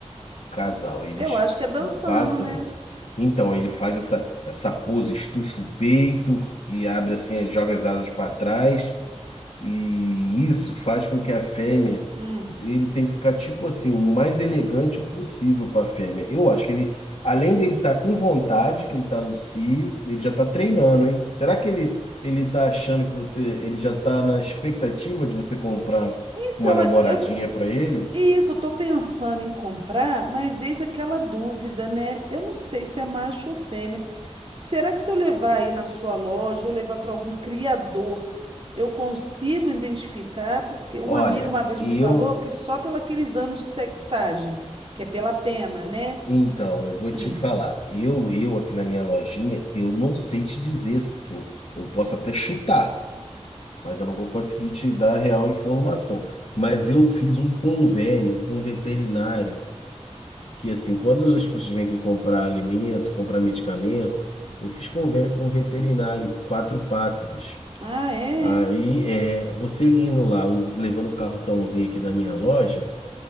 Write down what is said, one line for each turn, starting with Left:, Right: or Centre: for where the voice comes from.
Left: casal? Eles
Right: Eu acho que é dançando,
Left: o pássaro,
Right: né?
Left: então ele faz essa essa pose, estufa o peito e abre assim, joga as asas para trás. E isso faz com que a fêmea,
Right: Hum.
Left: ele tem que ficar tipo assim, o mais elegante possível para a fêmea. Eu acho que ele, além dele estar com vontade, que ele está no cio, ele já está treinando, hein? Será que ele ele tá achando que você, ele já está na expectativa de você comprar
Right: Então,
Left: uma namoradinha
Right: é- eu
Left: para ele?
Right: isso, eu tô pensando em comprar, mas eis aquela dúvida, né? Eu não sei se é macho ou fêmea. Será que se eu levar aí na sua loja ou levar para algum criador, eu consigo identificar? Porque um
Left: Olha,
Right: amigo uma vez
Left: eu
Right: me falou que só pelo aquele exame de sexagem, que é pela pena, né?
Left: Então, eu vou
Right: Hum.
Left: te falar. Eu, eu aqui na minha lojinha, eu não sei te dizer assim. Eu posso até chutar, mas eu não vou conseguir te dar a real informação. Mas eu fiz um convênio com um veterinário, que assim, quando as pessoas vêm aqui comprar alimento, comprar medicamento, eu fiz convênio com um veterinário, quatro patas.
Right: Ah, é?
Left: Aí
Right: é.
Left: é, você indo lá, us- levando o cartãozinho aqui da minha loja,